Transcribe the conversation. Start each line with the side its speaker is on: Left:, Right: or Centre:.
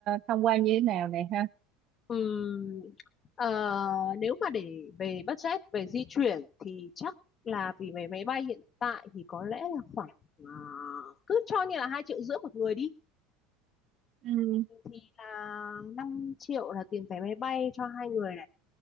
Right: tham quan như thế nào nè ha
Left: ừm, ờ, nếu mà để về budget về di chuyển thì chắc là vì vé máy bay hiện tại thì có lẽ là khoảng ờ, cứ cho như là hai triệu rưỡi một người đi
Right: Ừ.
Left: thì là 5 triệu là tiền vé máy bay cho hai người này